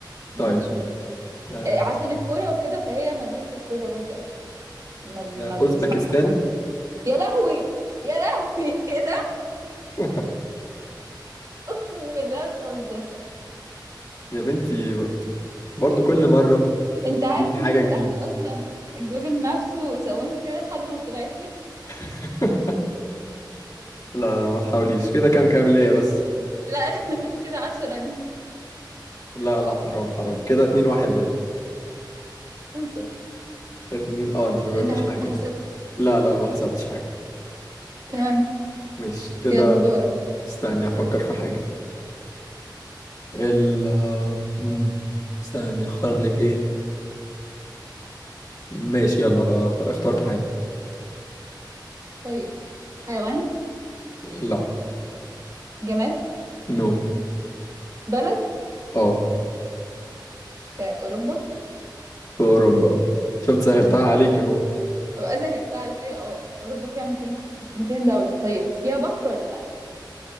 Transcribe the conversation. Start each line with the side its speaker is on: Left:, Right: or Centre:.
Right: ما
Left: طيب
Right: نشوف
Left: أم،
Right: إيه، عشان الكورة وكده فهي ملهاش في الكورة برضه قوي ما, ما
Left: لا،
Right: بنسمع
Left: أوزبكستان
Right: يا لهوي يا لهوي <laughs> ايه ده
Left: <laughs>
Right: اقسم بالله بتهزر
Left: يا بنتي برضو كل مرة
Right: انت عارف
Left: تجيب حاجة
Right: ان انا فتحت
Left: جديدة
Right: اصلا جوجل مابس وزومت كده لحد ما طلعت لي
Left: <laughs> لا لا ما تحاوليش كده كام كام ليا بس
Right: لا <laughs> كده عشرة لي
Left: لا
Right: واو
Left: لا حرام حرام كده اتنين واحد ليا
Right: اتنين صفر
Left: اتنين اه انت ما جاوبتيش
Right: انت حس-
Left: حاجة
Right: حسبت
Left: اصلا لا لا ما حسبتش حاجة
Right: تمام
Left: ماشي كده
Right: يلا دورك
Left: استني افكر في حاجة ال آه، مم. استني اختار لك ايه ماشي يلا اخ- اخترت حاجة
Right: طيب حيوان
Left: لا
Right: جماد
Left: نو
Right: بلد
Left: اه
Right: في اوروبا
Left: في اوروبا شفت سهلتها عليك اهو
Right: أبقى سهلت عليا اه اوروبا فيها 200 ك- في 200 دولة طيب فيها بحر ولا لا